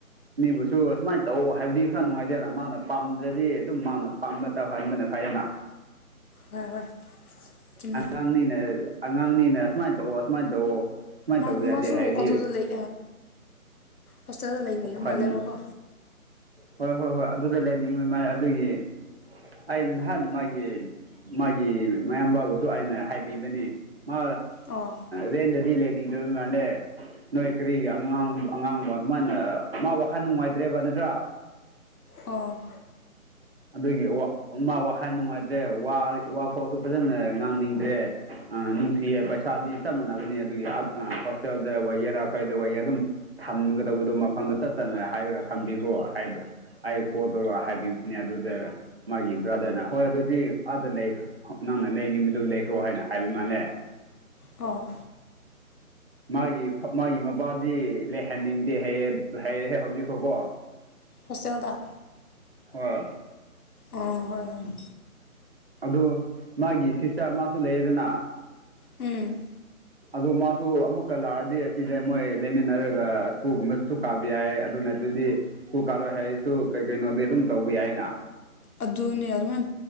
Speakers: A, on the right (about 45°); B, on the left (about 85°).
A: ꯎꯝ ꯃꯤꯕꯨꯁꯨ ꯁꯨꯃꯥꯏꯅ ꯇꯧ ꯍꯥꯏꯕꯗꯤ ꯈꯔ ꯅꯨꯡꯉꯥꯏꯇꯦꯅ ꯃꯥꯅ ꯄꯥꯝꯗ꯭ꯔꯗꯤ ꯑꯗꯨꯝ ꯃꯥꯅ ꯄꯥꯝꯕ ꯇꯧꯍꯟꯕꯅ ꯐꯥꯏꯌꯦꯅ
B: ꯍꯣꯏ ꯍꯣꯏ ꯆꯨꯝꯃꯦ
A: ꯑꯉꯥꯡꯅꯤꯅ ꯑꯉꯥꯡꯅꯤꯅ ꯑꯨꯃꯥꯏꯅ ꯇꯧꯑꯣ ꯑꯨꯃꯥꯏꯅ ꯇꯧꯑꯣ ꯁꯨꯃꯥꯏꯅ
B: ꯃꯥ
A: ꯇꯧꯕ ꯌꯥꯗꯦ
B: ꯃꯥꯁꯨ
A: ꯍꯥꯏꯔꯗꯤ
B: ꯑꯗꯨꯗ ꯂꯩ ꯍꯣꯁꯇꯦꯜꯗ ꯂꯩꯅꯤꯡꯌꯃꯜꯂꯦꯕꯀꯣ
A: ꯋꯥꯈꯜ ꯍꯣꯏ ꯍꯣꯏ ꯍꯣꯏ ꯑꯗꯨꯗ ꯂꯩꯅꯤꯡꯕ ꯃꯥꯅꯦ ꯑꯗꯨꯒꯤ ꯑꯩ ꯅꯍꯥꯟ ꯃꯥꯒꯤ ꯃꯥꯒꯤ ꯃꯌꯥꯝꯕꯕꯨꯁꯨ ꯑꯩꯅ ꯍꯥꯏꯕꯤꯕꯅꯤ ꯃꯥ
B: ꯑꯣ
A: ꯔꯦꯟꯗꯗꯤ ꯂꯩꯅꯤꯡꯗꯕꯩ ꯃꯥꯅꯦ ꯅꯣꯏ ꯀꯔꯤꯒꯤ ꯑꯉꯥꯡ ꯑꯉꯥꯡꯕ ꯑꯗꯨꯃꯥꯏꯅ ꯃꯥ ꯋꯥꯈꯜ ꯅꯨꯡꯉꯥꯏꯇ꯭ꯔꯦꯕ ꯅꯠꯇ꯭ꯔꯥ
B: ꯑꯣ
A: ꯑꯗꯨꯒꯤ ꯃꯥ ꯋꯥꯈꯜ ꯅꯨꯡꯉꯥꯏꯇ꯭ꯔꯦ ꯋꯥꯐꯥꯎꯁꯨ ꯐꯖꯅ ꯉꯥꯡꯅꯤꯡꯗ꯭ꯔꯦ ꯅꯨꯡꯁꯤꯌꯦ ꯄꯩꯁꯥꯗꯤ ꯆꯞ ꯃꯥꯟꯅꯕꯅꯤ ꯑꯗꯨꯒꯤ ꯍꯣꯁꯇꯦꯜꯗ ꯑꯣꯏꯒꯦꯔꯥ ꯀꯩꯗ ꯑꯣꯏꯒꯦꯔꯥ ꯑꯗꯨꯝ ꯊꯝꯒꯗꯕꯗꯨꯣ ꯃꯐꯝꯗ ꯆꯠꯇꯅ ꯍꯥꯏꯔꯒ ꯊꯝꯕꯤꯈ꯭ꯔꯣ ꯑꯩ ꯀꯣꯜ ꯇꯧꯔꯒ ꯍꯥꯏꯕꯤ ꯅꯤ ꯑꯗꯨꯗ ꯃꯥꯒꯤ ꯕ꯭ꯔꯥꯗꯔꯅ ꯍꯣꯏ ꯑꯗꯨꯗꯤ ꯑꯥꯗ ꯂꯩꯈ꯭ꯔ ꯅꯪꯅ ꯂꯩꯅꯤꯡꯕꯗꯨ ꯂꯩꯈ꯭ꯔꯣ ꯍꯥꯏꯅ ꯍꯥꯏꯕ ꯃꯥꯜꯅꯦ
B: ꯑꯣ
A: ꯃꯥꯒꯤ ꯃꯥꯒꯤ ꯃꯕꯥꯗꯤ ꯂꯩꯍꯟꯅꯤꯡꯗꯦ ꯍꯥꯏ ꯍ ꯍ ꯍꯧꯖꯤꯛꯐꯥꯎꯀꯣ ꯎ
B: ꯍꯣꯁꯇꯦꯜꯗ
A: ꯍꯣꯏ
B: ꯑꯣ ꯍꯣꯏ ꯍꯣꯏ
A: ꯑꯗꯨ ꯃꯥꯒꯤ ꯁꯤꯁꯇꯔ ꯃꯥꯁꯨ ꯂꯩꯌꯦꯗꯅ
B: ꯎꯝ
A: ꯑꯗꯣ ꯃꯥꯁꯨ ꯑꯃꯨꯛꯀ ꯂꯥꯛꯑꯗꯤ ꯑꯁꯤꯗ ꯃꯣꯏ ꯂꯩꯃꯤꯟꯅꯔꯒ ꯁꯀꯨꯜꯒꯨꯝꯕꯁꯨ ꯀꯥꯕ ꯌꯥꯏ ꯑꯗꯨ ꯅꯠꯇ꯭ꯔꯗꯤ ꯁ꯭ꯀꯨꯜ ꯀꯥꯔꯣꯏ ꯍꯥꯏꯔꯁꯨ ꯀꯩ ꯀꯩꯅꯣꯗꯤ ꯑꯗꯨꯝ ꯇꯧꯕ ꯌꯥꯏꯅ
B: ꯑꯗꯨꯅꯦ ꯑꯗꯨ ꯑꯉꯟ